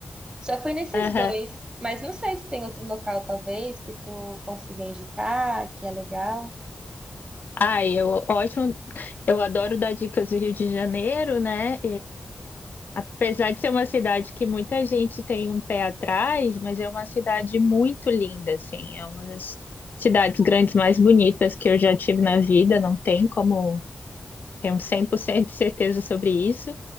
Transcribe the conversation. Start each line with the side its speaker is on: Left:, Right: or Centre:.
Right: Só fui nesses
Left: Aham.
Right: dois, mas não sei se tem outro local, talvez, que tu consiga indicar, que é legal.
Left: Ai, eu, ótimo. Eu adoro dar dicas do Rio de Janeiro, né? Apesar de ser uma cidade que muita gente tem um pé atrás, mas é uma cidade muito linda, assim, é uma das cidades grandes mais bonitas que eu já tive na vida, não tem como ter um 100% de certeza sobre isso.